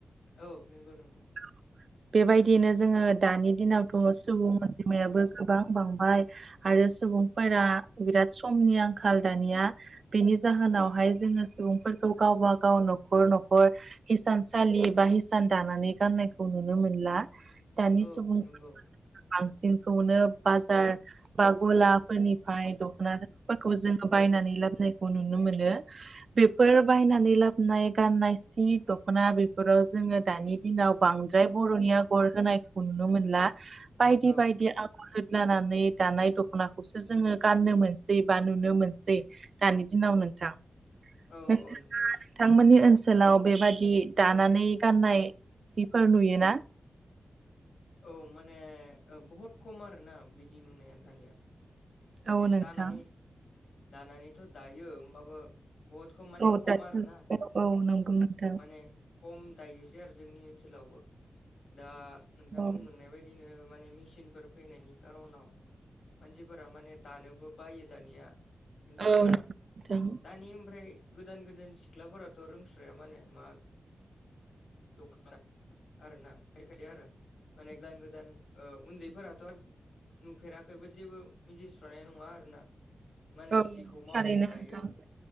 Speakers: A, on the left (about 85°); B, on the right (about 45°).
A: औ नंगौ नंगौ।
B: औ। बेबायदियैनो जोङो दानि दिनावथ' सुबुं अनजिमायाबो गोबां बांबाय आरो सुबुंफोरा बिराद समनि आंखाल दानिया बेनि जाहोनावहाय जोङो सुबुंफोरखौ गावबा गाव न'खर न'खर हिसान सलि बा हिसान दानानै गाननायखौ नुनो मोनला दानि
A: औ
B: सुबुंफोरखौ
A: नंगौ
B: बांसिनखौनो बाजार बा गलाफोरनिफ्राय दख'नाफोरखौ जोङो बायनानै लाबोनायखौ नुनो मोनो। फोर बायनानै लाबोनाय गाननाय सि दख'ना बेफोराव जोङो दानि दिनाव बांद्राय बर'नि आगर होनायखौ नुनो मोनला बायदि
A: औ
B: बायदि आगर होदलानानै दानाय दख'नाखौसो जोङो गाननो मोनसै बा नोनो मोनसै दानि दिनाव नोंथां
A: औ
B: नोंथाङा
A: औ नंगौ
B: बिथांमोननि ओनसोलाव बेबादि दानानै गाननाय सिफोर नोयो ना
A: औ माने बहुद खम आरोना बिदि नोनाया दानिया माने
B: औ नोंथां
A: दानानै दानानैथ' दायो होमबाबो बहुद खम माने
B: औ
A: खम
B: दासो
A: आरोना
B: औ औ नंगौ नोंथां
A: माने खम दायोसै आरो जोंनि ओनसोलावबो दा नोंथां
B: औ
A: बुंलांनाय बायदि बिदिनो माने मेसिनफोर फैनायनि खारनाव मानसिफोरा माने दानोबो बायो दानिया हिनजावफोरा
B: औ नोंथां
A: दानि ओमफ्राय गोदान गोदान सिख्लाफोराथ' रोंस्राया माने मा दखना आरोना खायसेया आरो माने गोदान गोदान उन्दैफोराथ' <unintelligible> नोफेराखैबो जेबो मिथिस्रानाय नङा आरोना माने
B: औ
A: सिखौ माबोरै
B: थारैनो
A: दायो।
B: नोंथां